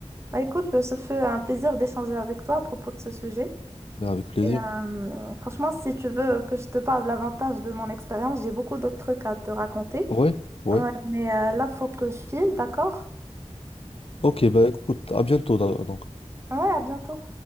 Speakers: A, on the right; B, on the left.
A: Bah, écoute, ce fut un plaisir d'échanger avec toi à propos de ce sujet.
B: ben avec plaisir.
A: Et, euh, franchement, si tu veux que je te parle davantage de mon expérience, j'ai beaucoup d'autres trucs à te raconter.
B: Ouais, ouais.
A: Ouais, mais euh, là, faut que je file, d'accord?
B: Ok, bah écoute, à bientôt da- donc.
A: Ouais, à bientôt.